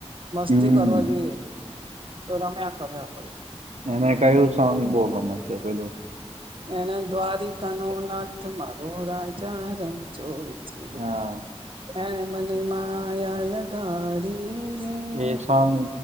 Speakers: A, on the right (about 50°); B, on the right (about 80°).
A: મસ્તી
B: હમ
A: કરવા જોઈએ. તો રમ્યા કરે આપડી જોડ.
B: એને કયું સોંગ બહુ ગમે છે પેલું
A: એને દ્વારિકનો ના રો રાજા રણ છોડ છે
B: હા
A: એણે મને માયા લ ગાડી
B: એ સોંગ